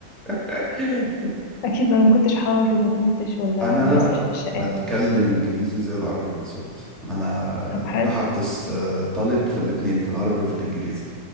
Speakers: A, in the centre; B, on the left.
A: <laughs>
B: أكيد بقى ما كنتش حافظ ما كنتش ولا
A: انا
B: بس عشان الشقاوة
A: بتكلم انجليزي زي العربي بالظبط انا
B: طب حلو
A: متحدث آه، طليق في الاتنين في العربي وفي الانجليزي